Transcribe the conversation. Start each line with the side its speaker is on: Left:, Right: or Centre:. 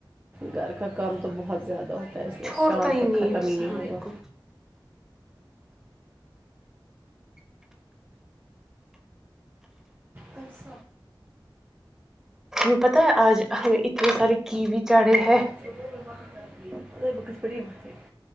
Right: گھر کا کام تو بہت زیادہ ہوتا ہے اسے
Centre: چھوڑتا
Right: شام
Centre: ہی
Right: تک ختم
Centre: انسان
Right: ہی نہیں ہوگا
Centre: کو
Right: اس
Centre: ت پتا ہے آج ہم اتنے سارے کیوی چاڑے ہے
Right: <unintelligible>